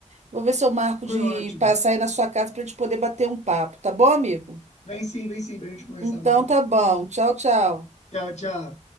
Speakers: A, on the right; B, on the left.
A: Vou ver se eu marco
B: Foi
A: de
B: ótimo.
A: passar aí na sua casa para a gente poder bater um papo, tá bom, amigo?
B: Vem sim, vem sim, para a gente conversar
A: Então
B: mais.
A: tá bom. Tchau, tchau.
B: Tchau, tchau.